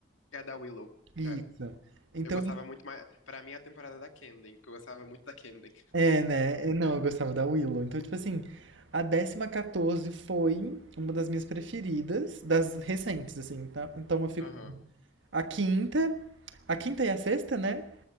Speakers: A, on the left; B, on the right.
A: É a da Willow.
B: Isso.
A: É.
B: Então,
A: Eu gostava muito mais. Pra mim, é a temporada da Camden, porque eu gostava muito da Camden.
B: é, né? Eu- Não, eu gostava da Willow. Então, tipo assim, a décima 14 foi uma das minhas preferidas, das recentes, assim, tá? Então eu fico.
A: Aham.
B: A quinta, a quinta e a sexta, né?